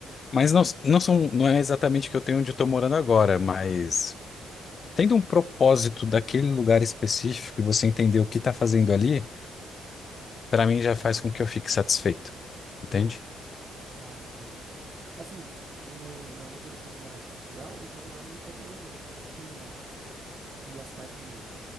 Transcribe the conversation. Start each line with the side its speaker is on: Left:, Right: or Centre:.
Left: Mas não, não são, não é exatamente que eu tenho onde eu tô morando agora, mas tendo um propósito daquele lugar específico e você entender o que está fazendo ali, para mim já faz com que eu fique satisfeito, entende?
Right: Ah, entendo. Assim, o meu, meu amigo ele foi morar em Portugal e foi morar no interior, né? Ele falou que, que a cidade